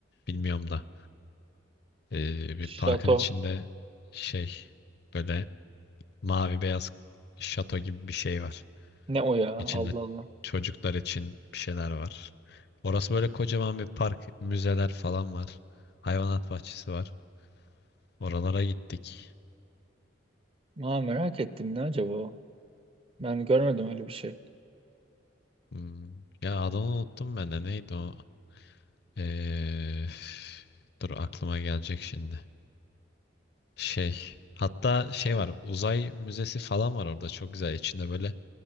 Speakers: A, on the left (about 55°); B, on the right (about 30°).
A: bilmiyorum da. Ee,
B: Şato.
A: bir parkın içinde şey böyle mavi beyaz şato gibi bir şey var.
B: Ne o ya?
A: İçinde
B: Allah Allah.
A: çocuklar için bir şeyler var. Orası böyle kocaman bir park, müzeler falan var. Hayvanat bahçesi var. Oralara gittik.
B: Aa, merak ettim ne acaba o? Ben görmedim öyle bir şey.
A: Hmm, Ya adını unuttum ben de. Neydi o? Ee, dur aklıma gelecek şimdi. Şey, hatta şey var. Uzay müzesi falan var orada. Çok güzel. İçinde böyle